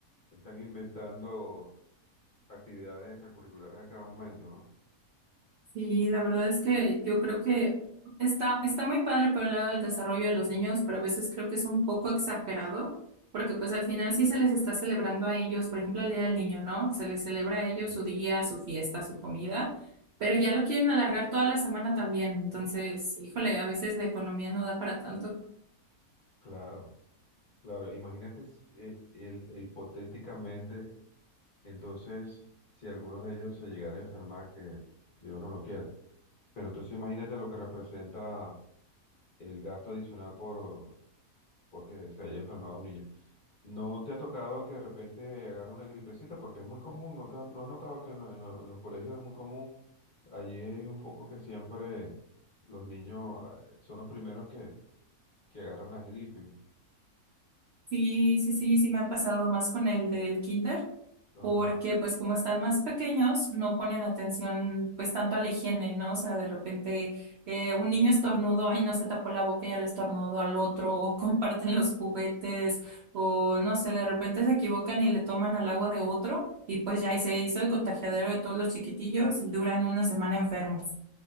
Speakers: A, on the left (about 50°); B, on the right (about 70°).
A: están inventando actividades extracurriculares a cada momento, ¿no?
B: Sí, la verdad es que yo creo que está, está muy padre por el lado del desarrollo de los niños, pero a veces creo que es un poco exagerado, porque pues al final sí se les está celebrando a ellos, por ejemplo, el Día del Niño, ¿no? Se les celebra a ellos
A: Sí.
B: su día, su fiesta, su comida, pero ya lo quieren alargar toda la semana también. Entonces, híjole, a veces la economía no da para tanto.
A: Claro, claro. Imagínate s- eh, el- eh, hipotéticamente, entonces, si alguno de ellos se llegara a enfermar, que Dios no lo quiera. Pero entonces imagínate lo que representa el gasto adicional por porque se haya enfermado un niño. ¿No te ha tocado que de repente agarre una gripecita? Porque es muy común, ¿no, te- no has notado que en, lo- en lo- en los colegios es muy común? Allí hay un foco que siempre los niños ah, eh, son los primeros que, que agarran las gripes.
B: Sí, sí, sí, sí me ha pasado más con el del kinder,
A: Ajá.
B: porque pues como están más pequeños, no ponen atención pues tanto a la higiene, ¿no? O sea, de repente eh, un niño estornudó y no se tapó la boca y ya le estornudó al otro, o <laughs> comparten los juguetes, o no sé, de repente se equivocan y le toman al agua de otro y pues ya ahí se hizo el contagiadero de todos los chiquitillos y duran una semana enfermos.